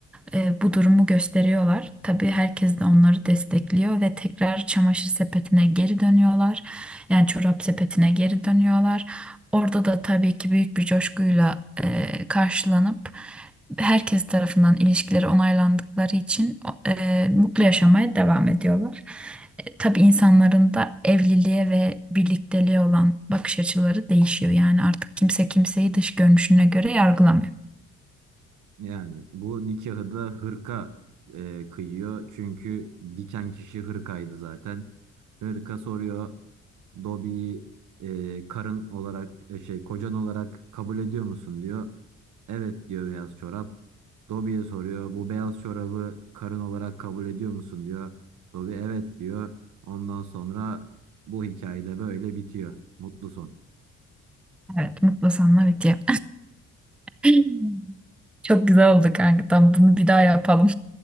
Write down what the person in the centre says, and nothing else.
e, bu durumu gösteriyorlar. Tabii herkes de onları destekliyor ve tekrar çamaşır sepetine geri dönüyorlar. Yani çorap sepetine geri dönüyorlar. Orada da tabii ki büyük bir coşkuyla e, karşılanıp herkes tarafından ilişkileri onaylandıkları için e, mutlu yaşamaya devam ediyorlar. E, tabii insanların da evliliğe ve birlikteliğe olan bakış açıları değişiyor. Yani artık kimse kimseyi dış görünüşüne göre yargılamıyor.
Evet, mutlu sanma bitiyor. <laughs> Çok güzel oldu kanka. Tamam, bunu bir daha yapalım.